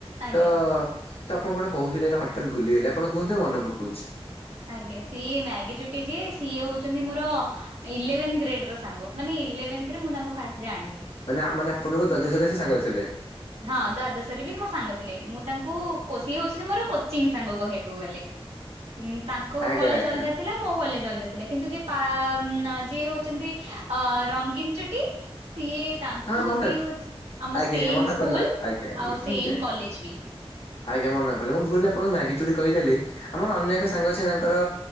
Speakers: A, on the right; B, on the left.
A: ଆଜ୍ଞା।
B: ତ ତ ଆପଣ କଣ କହୁଥିଲେ ନା ହଠାତ୍ ଭୁଲିଗଲେ ଆପଣ କୁହନ୍ତୁ ମନେ ପକାଉଛି।
A: ଆଜ୍ଞା ସିଏ ମ୍ୟାଗି ଚୁଟି ଯିଏ ସିଏ ହଉଛନ୍ତି ମୋର ଇଲେଭେନ୍ ଗ୍ରେଡ ର ସାଙ୍ଗ ମାନେ ଇଲେଭେନ୍ ଥେ ରେ ମୁଁ ତାଙ୍କୁ ଫାଷ୍ଟ ଜାଣିଲି।
B: ମାନେ ମାନେ ଆପଣଙ୍କୁ ଦ୍ୱାଦଶ ରେ ସେ ସାଙ୍ଗରେ ଥିଲେ।
A: ହଁ ଦ୍ଵାଦଶରେ ବି ମୋ ସାଙ୍ଗ ଥିଲେ ମୁଁ ତାଙ୍କୁ କୋଚିଂ ହଉଛନ୍ତି ମୋର କୋଚିଂ ସାଙ୍ଗ କହିବାକୁ ଗଲେ। <inaudible> ତାଙ୍କ
B: ଆଜ୍ଞା
A: କଲେଜ
B: ଆଜ୍ଞା
A: ଅଲଗା ଥିଲା ମୋ କଲେଜ ଅଲଗା ଥିଲା କିନ୍ତୁ ଯିଏ ପା ଯିଏ ହଉଛନ୍ତି। ଅ ରଙ୍ଗୀନ ଚୁଟି ସିଏ ତାଙ୍କୁ
B: ହଁ ମନେ
A: ସିଏ ହଉଚି ଆମ
B: ଆଜ୍ଞା
A: ସେମ
B: ଆଜ୍ଞା ମନେ
A: ସ୍କୁଲ
B: ପଡିଲା ଆଜ୍ଞା ଆଜ୍ଞା
A: ଆଉ ସେ
B: ଆଜ୍ଞା।
A: ଏମ କଲେଜ ବି
B: ଆଜ୍ଞା ମନେପଇଲା ମୁଁ ଭୁଲ ରେ ଆପଣଙ୍କୁ ମ୍ୟାଗି ଚୁଡ଼ି କହିଦେଲି ଆମର ଅନ୍ୟ ଏକ ସାଙ୍ଗ ଅଛ ତାଙ୍କର